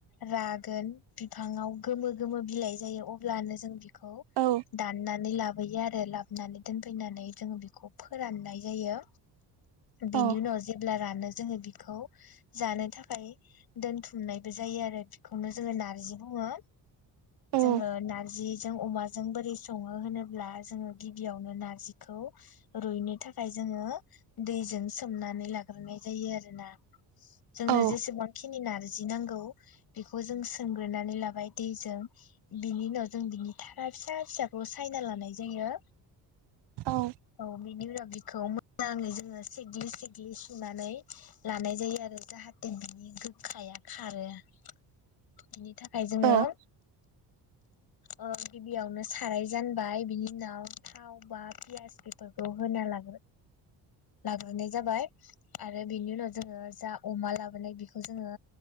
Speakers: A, on the left; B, on the right.
A: रागोन बिफांव गोमो गोमो बिलाइ जायो अब्लानो जों बि खौ
B: औ
A: दानानै ला लाबोयो आरो लाबोनानै दोनफैनानै जों बेखौ फोराननाय जायो बिनि
B: औ
A: उनाव जेब्ला रानो जोङो बेखौ जानो थाखाय दोनथुमनायबो जायो आरो। बेखौनो जोङो नारजि बुङो।
B: औ
A: जोङो नारजि जों अमाजों बोरै सङो होनोब्ला जोङो गिबियावनो नारजिखौ रुइनो थाखाय जोङो दैजों सोमनानै लाग्रोनाय जायो आरो ना। जोंनो
B: औ
A: जेसेबां खिनि नार जि नांगौ। बेखौ जों सोंग्रोनानै लाबाय दैजों बिनि उनाव जों बिनि थारा फिसा फिसाखौ सायना लानाय जायो।
B: औ
A: औ बेनि उनाव बेखौ मोजाङै जोङो सिग्लि सिग्लि सुनानै लानाय जायो आरो जाहाथे बिनि गोखाया खारो। <unintelligible> थाखाय जोङो
B: औ
A: ओ गिबियावनो साराय जानबाय बिनि उनाव थाव बा पियास बेफोरखौ होना ला लाग्रोनाय जाबाय आरो बेनि उनाव जोङो जा अमा लाबोनाय बेखौ जोङो